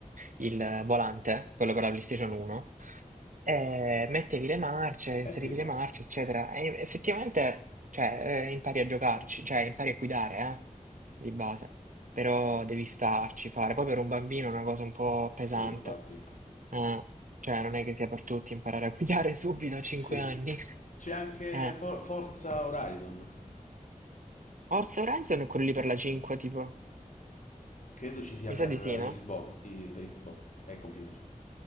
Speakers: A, on the right (about 70°); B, on the left (about 65°).
A: il volante, quello per la PlayStation 1, eh, mettevi le marce, inserivi
B: Eh sì,
A: le marce, eccetera. E effettivamente, cioè, eh, impari a giocarci, cioè, impari a guidare, eh, di base. Però devi starci, fare. Poi per un bambino è una cosa un po' pesante.
B: sì, infatti.
A: Eh, cioè, non è che sia per tutti imparare a guidare <laughs> subito a 5
B: Sì.
A: anni.
B: C'è anche
A: Eh.
B: For- Forza Horizon.
A: Forza Horizon è quello lì per la 5, tipo.
B: Credo ci sia
A: Mi
B: per
A: sa di sì, no?
B: Xbox, eh, per Xbox e computer.